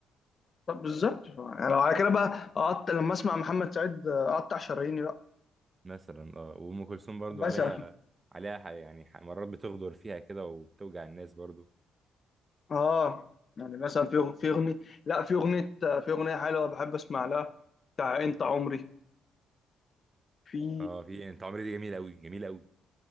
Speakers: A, on the left (about 40°); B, on the right (about 30°).
A: طب بالظبط يعني لو على كده بقى اقطع لما اسمع محمد سعيد آه، اقطع شراييني بقى
B: مثلا اه وام كلثوم برضو
A: مثلا
B: عليها عليها ح- يعني ح- مرات بتغدر فيها كده وبتوجع الناس برضو
A: اه يعني مثلا في في اغنيه لا في اغنيه في اغنيه حلوه بحب اسمع لها بتاع انت عمري في
B: اه في انت عمري دي جميل قوي جميل قوي